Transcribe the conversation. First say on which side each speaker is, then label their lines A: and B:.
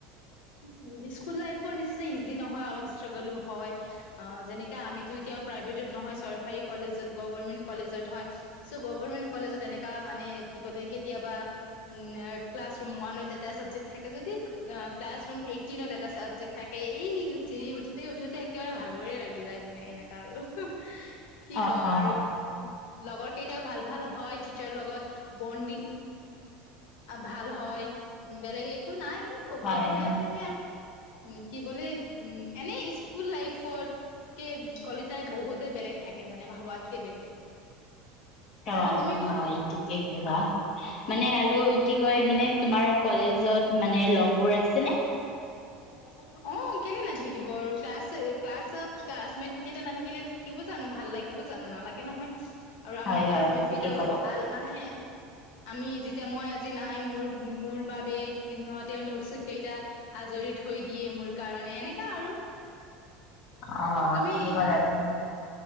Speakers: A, on the left (about 75°); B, on the left (about 35°).
A: উ স্কুল লাইফৰ নিচিনা ইজি নহয় অলপ ষ্ট্ৰাগলো হয়। অ যেনেকে আমিতো এতিয়া প্ৰাইভেটত নহয় চৰকাৰী কলেজত গভমেন্ট কলেজত হয়। চ' গভমেন্ট কলেজত এনেকা মানে কি বোলে কেতিয়াবা উম ক্লাছ ৰুম ওৱানত এটা চাবজেক্ট থাকে যদি ক্লাছ ৰুম এইতটিনত এটা চাবজেক্ট থাকে, এই চিৰি উঠোতে- উঠোতে একেবাৰে ভাগৰে লাগি যায় মানে এনেকে। কা আৰু। কি
B: অ
A: ক'ম
B: অ
A: আৰু, উম, লগৰ কেইটাও ভাল- ভাল হয় টিচাৰ লগত বণ্ডিং। ভাল হয়। বেলেগ একো নাই, ক'বলগীয়াতো
B: হয় হয়
A: এনে। উম কি বোলে উম, এনে স্কুল লাইফৰ কে, কলেজ যায় বহুতে বেলেগ থাকে মানে, ভাবাতকে বেলেগ।
B: অ,
A: আৰু তুমি কোৱা
B: হয়টো। কি কলা? মানে আৰু কি কয় মানে তোমাৰ কলেজত মানে লগবোৰ
A: <unintelligible>
B: আছে নে
A: অ, কেলেই নাথাকিব আৰু, ক্লাছ- ক্লাছত ক্লাছমেট এতিয়া নাথাকিলে থাকিব জানো। ভাল লাগিব জানো নালাগে নহয়। আৰু আমাৰ
B: হয়
A: ক্লাছমেট
B: হয় ঠিকে
A: কেইটাও
B: ক'লা
A: ভাল। মানে, আমি যেতিয়া মই আজি নাই, মোৰ- মোৰ বাবে সিহঁত কেইটা আজৰি থৈ দিয়ে, মোৰ কাৰণে এনেকা আৰু।
B: অ
A: তুমি
B: ঠিকে ক'লা তুমি